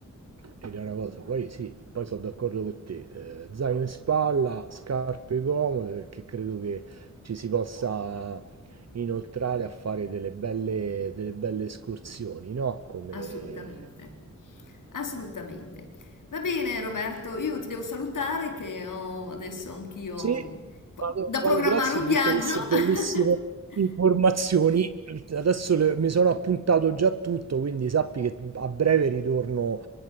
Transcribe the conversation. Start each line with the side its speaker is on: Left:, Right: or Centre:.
Right: ed è una cosa. Poi sì, poi sono d'accordo con te. eh, zaino in spalla, scarpe comode perché credo che ci si possa inoltrare a fare delle belle, delle belle escursioni, no? Come...
Left: Assolutamente, assolutamente. Va bene Roberto, io ti devo salutare che ho adesso anch'io
Right: Sì,
Left: mh, qua-
Right: vado,
Left: da
Right: vado,
Left: programmare
Right: grazie
Left: un
Right: di
Left: viaggio.
Right: tutte queste bellissime
Left: <laughs>
Right: informazioni. Adesso le- mi sono appuntato già tutto, quindi sappi che a breve ritorno